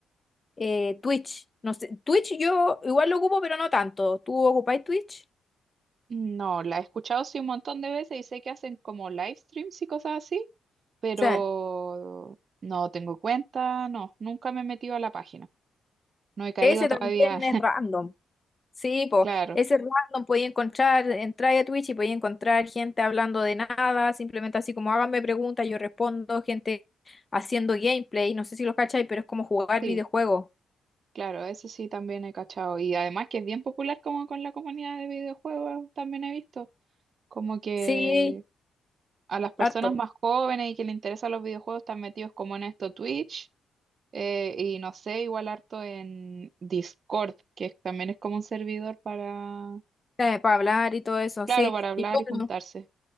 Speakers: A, on the left; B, on the right.
A: eh, Twitch. No sé, Twitch yo igual lo ocupo, pero no tanto. ¿Tú ocupáis Twitch?
B: No, la he escuchado sí un montón de veces y sé que hacen como live streams y cosas así, pero
A: Sí.
B: no tengo cuenta, no, nunca me he metido a la página. No he caído
A: Ese
B: todavía
A: también es random. Sí, po.
B: Claro,
A: Ese es random podía encontrar, entrar a Twitch y podía encontrar gente hablando de nada, simplemente así como háganme preguntas, yo respondo, gente haciendo gameplay, no sé si los cacháis, pero es como jugar
B: sí,
A: videojuegos.
B: claro, eso sí también he cachado. Y además que es bien popular como con la comunidad de videojuegos, también he visto como que
A: Sí,
B: a las personas
A: harto.
B: más jóvenes y que les interesan los videojuegos están metidos como en esto Twitch eh, y no sé, igual harto en Discord, que también es como un servidor para,
A: eh, para hablar y todo eso,
B: claro,
A: sí.
B: para hablar
A: Y yo
B: y juntarse.